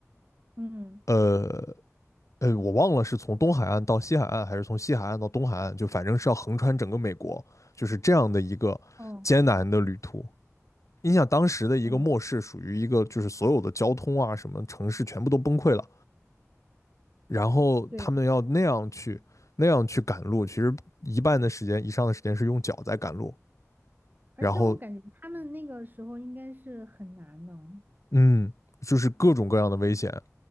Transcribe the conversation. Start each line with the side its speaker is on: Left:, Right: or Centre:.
Right: 嗯，
Left: 呃。呃，我忘了是从东海岸到西海岸，还是从西海岸到东海岸，就反正是要横穿整个美国，就是这样的一个艰难的旅途。
Right: 哦，
Left: 你想当时的一个末世，
Right: 哦。
Left: 属于一个就是所有的交通啊，什么城市全部都崩溃了，然后他们要那样去那样去赶路，
Right: 对。
Left: 其实一半的时间以上的时间是用脚在赶路，
Right: 而且我感觉他们那个时候应该是很难呢。
Left: 然后嗯，就是各种各样的危险，